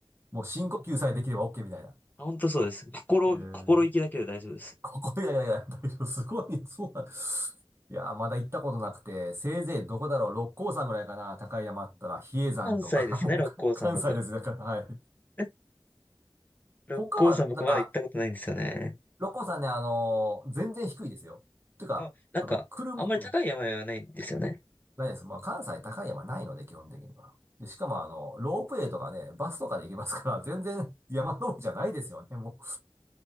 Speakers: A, on the right; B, on the left.
A: もう深呼吸さえできれば OK みたいな。
B: あ、本当そうです。心、
A: えー、
B: 心意気だけで大丈夫です。
A: ここでだけだけだ。大丈夫。すごい。そうなんいやー、まだ行ったことなくて、せいぜいどこだろう。六甲山ぐらいかな。高い山あったら、比叡山とか、
B: 関西ですね、
A: <laughs> もうか関西です。
B: 六甲山だと。
A: だから、はい。
B: <laughs> 六甲山僕まだ行ったことないんですよね。
A: 他は、なんか、六甲山ね、あのー全然低いですよ。てか、
B: あ、なんか、
A: あの、車、
B: あんまり高い山々はないんですよね。
A: ないです。まあ、関西高い山ないので、基本的には。で、しかも、あの、ロープウェイとかね、バスとかで行けますから、<laughs> 全然山登りじゃないですよね、もう。